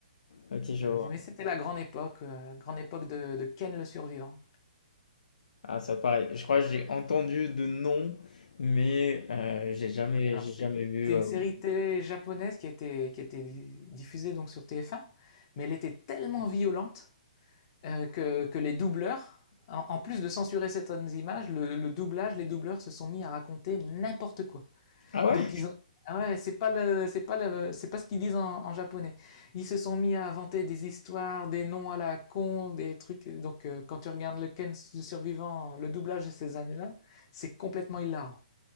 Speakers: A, on the left (about 70°); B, on the left (about 40°).
A: OK, je
B: Mais,
A: vois.
B: c'était la grande époque, euh, grande époque de, de Ken le Survivant.
A: Ah, ça pareil. Je crois que j'ai entendu de nom, mais euh, j'ai jamais,
B: Alors
A: j'ai
B: c'est
A: jamais vu.
B: une
A: euh.
B: série télé japonaise qui était qui était diffusée donc sur TF1, mais elle était tellement violente euh, que que les doubleurs, en, en plus de censurer certaines images, le, le doublage, les doubleurs se sont mis à raconter n'importe quoi.
A: Ah ouais?
B: Donc ils ont ah ouais, c'est pas le, c'est pas le, c'est pas ce qu'ils disent en, en japonais. Ils se sont mis à inventer des histoires, des noms à la con, des trucs. Donc euh, quand tu regardes le Ken le survivant, le doublage de ces années-là, c'est complètement hilarant.